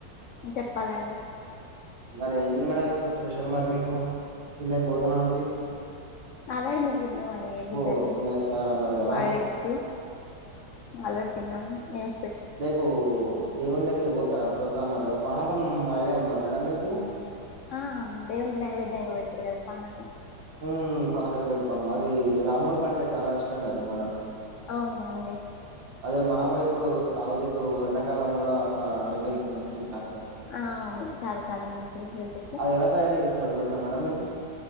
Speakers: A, on the left; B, on the right.
A: చెప్పాలండి
B: మరి ఏంది మేడం ఇప్పుడు స్పెషల్ మరి మీకు చిన్న భోజనానికి
A: అలాడు మ ఎగ్
B: ఓ
A: కరీ
B: తినేసారు అన్నారు కదా
A: బాయిల్ ఎగ్స్ ఆల్రెడీ తిన్నాం నేను
B: రేపు దేవునీ దగ్గరకి దగ్గరికీ పోతారుా అప్పుడు పోతా అన్నారు కదా పనకం ఐడియా ఉందా మేడం మీకు
A: ఆ అ దే వంది నైవేద్యం అంగా పెడుతురు కద పనకం
B: ఉ పనక తీీర్థం అది రాముడు అంటే చాలా ఇష్టం కదా మేడం
A: అవునండి
B: అదే మనం కూడా ఇప్పుడు తాగుతే ఇప్పుడు ఎండాకాలం కూడా చాలా ఆరోగ్యానికి మంచిది కా మే
A: ఆవును చాలా చాలా మంచిది హెల్త్ కి
B: అది ఎలా తయారీ చే తెల్సా మేడం మీకి